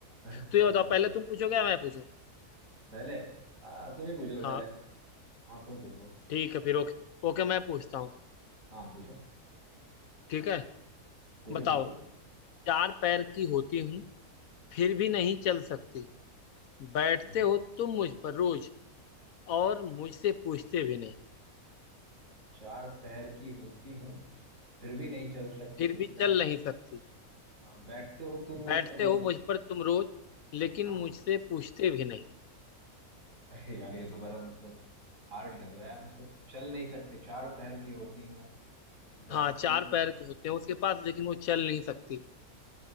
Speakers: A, on the right (about 60°); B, on the left (about 70°).
A: अच्छा
B: तो ये
A: अच्छा
B: बताओ
A: अच्छा
B: पहले तुम पूछोगे या मैं पूछूं
A: पहले आ, तुम ही पूछ लो
B: हाँ
A: पहले हाँ तुम पूछ लो
B: ठीक है फिर ओके ओके मैं पूछता हूँ
A: हाँ पूछो
B: ठीक है
A: पूछो
B: बताओ
A: पूछो
B: चार पैर की होती हूँ फिर
A: चार
B: भी नहीं चल सकती बैठते
A: हम्म,
B: हो तुम मुझ पर रोज और मुझसे पूछते भी नहीं
A: चार पैर की होती हूँ फिर भी नहीं चल सकती
B: फिर भी
A: बैठ
B: चल नहीं सकती
A: हाँ, बैठते हो तुम मुझ
B: बैठते
A: पर रोज
B: हो मुझ पर तुम रोज लेकिन
A: हाँ
B: मुझसे पूछते भी नहीं
A: <laughs> अरे यार ये तो बड़ा मतलब हार्ड लग रहा है मतलब चल नहीं सकते चार पैर की होती हूँ बैठते
B: हाँ चार
A: हो
B: पैर के होते हैं उसके पास लेकिन वो चल नहीं सकती